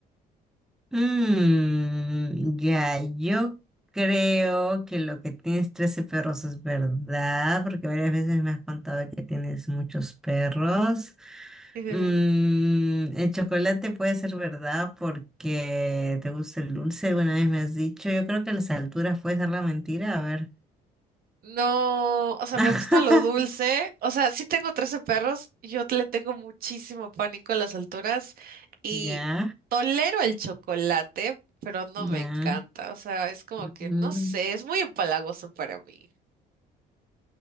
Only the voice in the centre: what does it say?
Mm, ya, yo creo que lo que tienes 13 perros es verdad, porque varias veces me has contado que tienes muchos perros.
Mm, el chocolate puede ser verdad porque te gusta el dulce, alguna vez me has dicho. Yo creo que las alturas puede ser la mentira, a ver.
<laughs>
Ya,
ya.
Ujú.